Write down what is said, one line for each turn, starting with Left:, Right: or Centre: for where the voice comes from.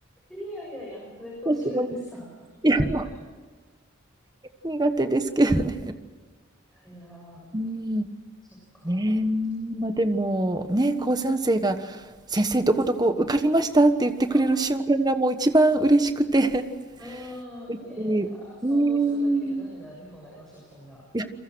Centre: いやいやいや、どうやって教えるんですか
Right: 私も、
Centre: <laughs>
Right: いや、
Centre: い
Right: もう苦手ですけど。
Centre: やいや、
Right: うん。
Centre: そっか。
Right: ねえ、まあでも、ね、高3生が、先生どこどこ受かりましたって言ってくれる瞬間がもう一番嬉しくて。
Centre: うん。あ、うん、
Right: やっぱり、
Centre: いや、
Right: うーん。
Centre: 想像するだけで涙出そうになりますよ、そんな。
Right: いや、